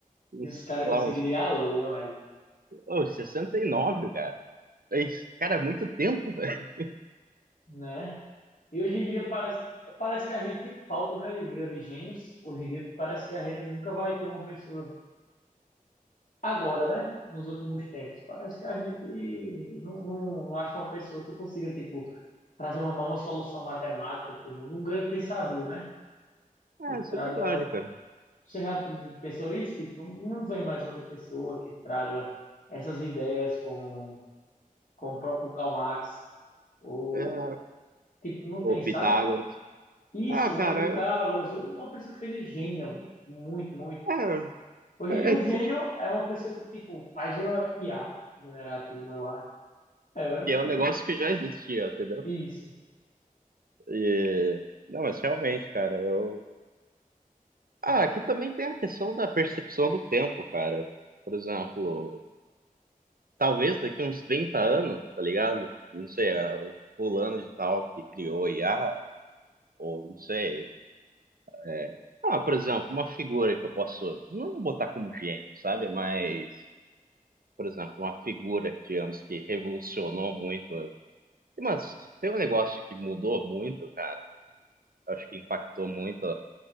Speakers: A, on the right; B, on the left.
A: uns,
B: esse cara
A: sei
B: conseguiria
A: lá, uns,
B: a lua, velho.
A: ô, 69 cara. É isso, cara, é muito tempo, velho. <laughs>
B: Né? E hoje em dia parece, parece que a gente falta, né, de grandes gênios. Hoje em dia parece que a gente nunca vai ter uma pessoa Agora, né? Nos últimos tempos, parece que a gente não, não, não acha uma pessoa que consiga, tipo, trazer uma nova solução matemática para o mundo, um grande pensador, né?
A: Ah,
B: Que
A: isso
B: traga.
A: é verdade, cara.
B: Você já pensou isso? Tipo, não vem mais outra pessoa que traga essas ideias com, com o próprio Karl Marx, ou,
A: É,
B: tipo, não
A: o
B: tem,
A: Pitágoras.
B: sabe? Isso,
A: Ah, cara,
B: um Pitágoras, ou uma pessoa que seja gênio, muito, muito.
A: é,
B: Hoje
A: é
B: em dia, um
A: é que
B: gênio
A: se
B: é uma pessoa que, tipo, faz uma IA generativa, É,
A: que é um negócio
B: é tipo,
A: que já existia, entendeu?
B: isso,
A: E... Não, mas realmente, cara, eu. Ah, aqui também tem a questão da percepção do tempo, cara. Por exemplo, talvez daqui uns 30 anos, tá ligado? Não sei, é o fulano de tal que criou I a IA, ou não sei. é, Ah, por exemplo, uma figura que eu posso. Não vou botar como gênio, sabe? Mas, por exemplo, uma figura, digamos, que revolucionou muito. Mas tem um negócio que mudou muito, cara. Eu Acho que impactou muito